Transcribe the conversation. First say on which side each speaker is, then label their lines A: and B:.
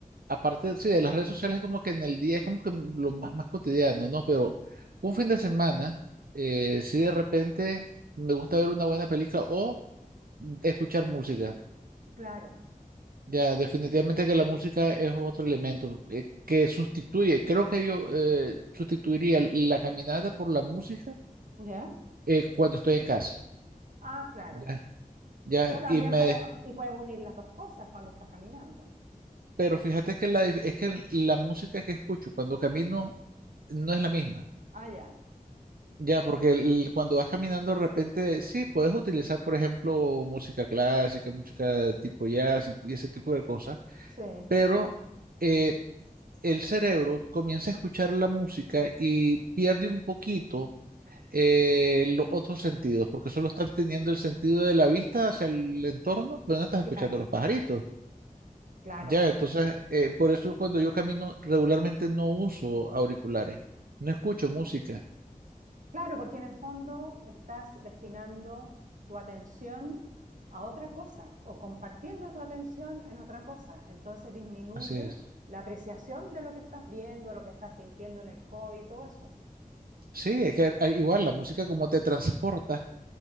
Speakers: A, on the right (about 85°); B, on the right (about 60°).
A: aparte, sí, de las redes sociales, como que en el día es como que lo más, más cotidiano, ¿no? Pero un fin de semana, eh, si de repente me gusta ver una buena película o escuchar música.
B: claro.
A: Ya, definitivamente que la música es otro elemento eh, que sustituye, creo que yo eh, sustituiría la caminata por la música
B: ¿Ya?
A: eh, cuando estoy en casa.
B: Ah, claro.
A: Ya, ya,
B: O también
A: y me,
B: puedes, y puedes unir las dos cosas cuando estás caminando.
A: pero fíjate que la, dif- es que la música que escucho cuando camino no es la misma.
B: Ah, ya.
A: Ya, porque el- cuando vas caminando de repente, sí, puedes utilizar, por ejemplo, música clásica, música tipo jazz y, y ese tipo de cosas,
B: Sí,
A: pero eh, el cerebro comienza a escuchar la música y pierde un poquito eh, los otros sentidos, porque solo estás teniendo el sentido de la vista hacia el entorno, pero no estás escuchando
B: claro.
A: los pajaritos.
B: Claro.
A: Ya, entonces, eh, por eso cuando yo camino regularmente no uso auriculares, no escucho música.
B: Claro, porque en el fondo estás destinando tu atención a otra cosa o compartiendo tu atención en otra cosa. Entonces disminuye
A: Así es.
B: la apreciación de lo que estás viendo, lo que estás sintiendo en el hobby, todo eso.
A: Sí, es que eh, igual la música como te transporta.